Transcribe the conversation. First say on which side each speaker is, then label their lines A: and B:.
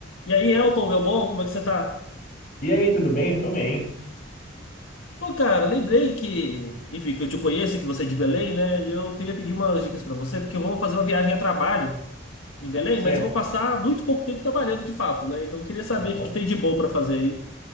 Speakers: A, on the left (about 80°); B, on the left (about 45°).
A: E aí, Elton, meu bom, como é que você tá?
B: E aí, tudo bem? Tô bem.
A: Pô, cara, lembrei que, enfim, que eu te conheço, que você é de Belém, né? E eu queria pedir umas dicas pra você, porque eu vou fazer uma viagem a trabalho em Belém,
B: Certo.
A: mas eu vou passar muito pouco tempo trabalhando de fato, né? Então eu queria saber
B: Aham.
A: o que que tem de bom pra fazer aí.